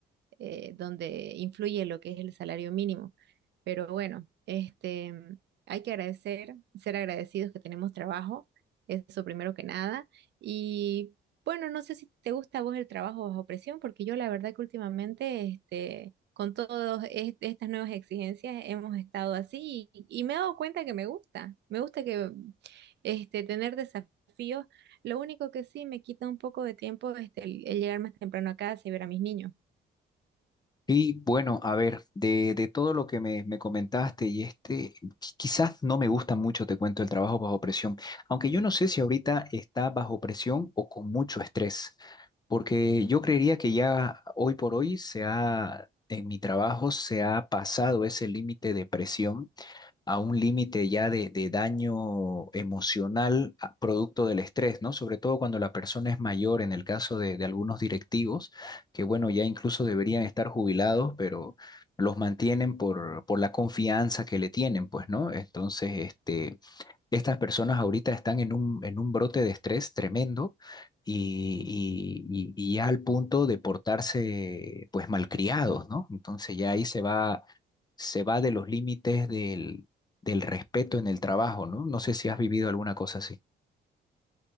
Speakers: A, on the right; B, on the left.
A: eh, donde influye lo que es el salario mínimo. Pero bueno, este, hay que agradecer, ser agradecidos que tenemos trabajo, eso primero que nada. Y bueno, no sé si te gusta a vos el trabajo bajo presión, porque yo la verdad que últimamente, este, con todas estas nuevas exigencias hemos estado así y, y me he dado cuenta que me gusta, me gusta que este, tener desafíos. Lo único que sí me quita un poco de tiempo este, el el llegar más temprano a casa y ver a mis niños.
B: Y bueno, a ver, de, de todo lo que me, me comentaste y este, qui- quizás no me gusta mucho, te cuento, el trabajo bajo presión, aunque yo no sé si ahorita está bajo presión o con mucho estrés, porque yo creería que ya hoy por hoy se ha, en mi trabajo se ha pasado ese límite de presión a un límite ya de, de daño emocional a- producto del estrés, ¿no? Sobre todo cuando la persona es mayor, en el caso de, de algunos directivos, que bueno, ya incluso deberían estar jubilados, pero los mantienen por, por la confianza que le tienen, pues, ¿no? Entonces, este, estas personas ahorita están en un, en un brote de estrés tremendo y, y, y- y ya al punto de portarse, pues, malcriados, ¿no? Entonces ya ahí se va se va de los límites del, del respeto en el trabajo, ¿no? No sé si has vivido alguna cosa así.